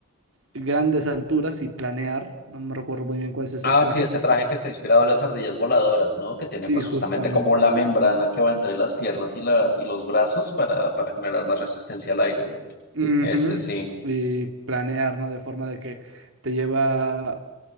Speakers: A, on the right; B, on the left.
A: grandes alturas y planear. No me recuerdo muy bien cuál es ese
B: Ah,
A: traje,
B: sí, este
A: pero
B: traje que está inspirado en las ardillas voladoras, ¿no? Que tiene
A: sí,
B: pues
A: justamente.
B: justamente como la membrana que va entre las piernas y, las, y los brazos para, para generar más resistencia al aire, ¿no?
A: Ujú,
B: Ese sí.
A: Y planear, ¿no? De forma de que te lleva...